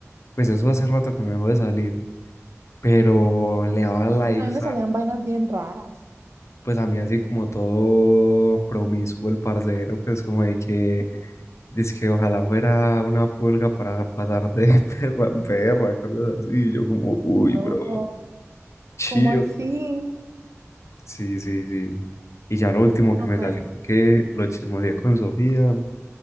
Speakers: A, on the left (about 65°); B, on the right (about 65°).
A: Pues eso hace rato que me dejó de salir, pero le daba likes
B: Pues a mí me salían vainas bien raras.
A: pues a mí así como todo promiscuo el parcero, pues como de que,
B: Uy,
A: dice que ojalá fuera una pulga para pasar de <laughs> perra en perra, cosas así, y yo como, uy,
B: bro,
A: bro, chido.
B: ¿cómo así?
A: Sí, sí, sí. Y ya lo último que
B: No,
A: me
B: pues,
A: salió que lo chismoseé con Sofía